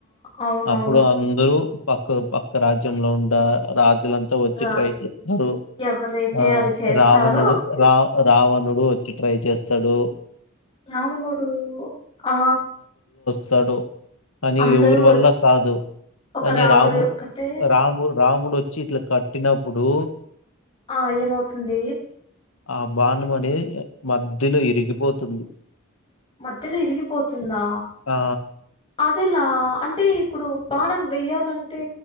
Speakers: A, on the left; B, on the left.
A: అవునవును
B: అప్పుడు అందరూ పక్కో, పక్క రాజ్యంలో ఉంటా రాజ్ తిలంతా వచ్చి
A: రాజు
B: ట్రైడ్లో ముడో
A: ఎవరైతే
B: ఆ
A: అది చేస్తారో
B: రావణుడు
A: అప్పుడు
B: రా రావన్ <unintelligible> వచ్చి ట్రై చేస్తాడో.
A: రావణుడూ ఆ
B: సాడో కానీ
A: అందరూ
B: ఎవ్వుర్ వల్ల కాదు.
A: ఒక
B: కానీ
A: రాముడు
B: రాము,
A: ఒక్కటే
B: ఆ రాముడ్, రామ్ మూడొచ్చి ఇట్ల కట్టినప్పుడూ
A: ఆ ఏమవుతుంది.
B: ఆ బాణము అనేది ఆ మధ్యలో ఇరిగిపోతుంది.
A: మధ్యలో ఇరిగిపోతుందా
B: ఆ!
A: అదేలా అంటే ఇప్పుడు బాణం వేయ్యాలంటే